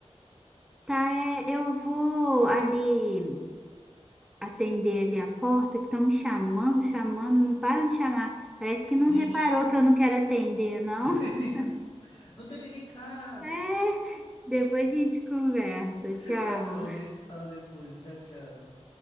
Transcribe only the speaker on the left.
<laughs>
Ixi.
<laughs>
Não tem ninguém em casa!
Tá bom, a gente se fala depois. Tchau, tchau.